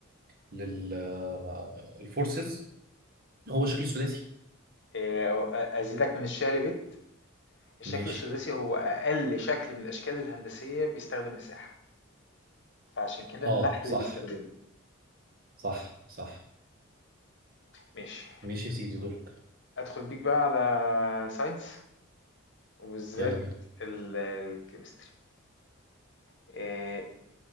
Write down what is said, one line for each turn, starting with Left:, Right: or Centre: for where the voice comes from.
Right: لل الفورسز هو شكل سوداتي
Left: آآ أ أزيدك من الشعر بيت، الشكل
Right: ماشي
Left: السداسي هو أقل شكل من الأشكال الهندسية بيستخدم مساحة، فعشان كده
Right: اه
Left: النحل
Right: صح
Left: بيستخدمه.
Right: صح صح
Left: ماشي.
Right: ماشي يا سيدي دورك
Left: أدخل بيك بقى على science. وبالذات
Right: يلا بينا
Left: ال- الكيمستري آه،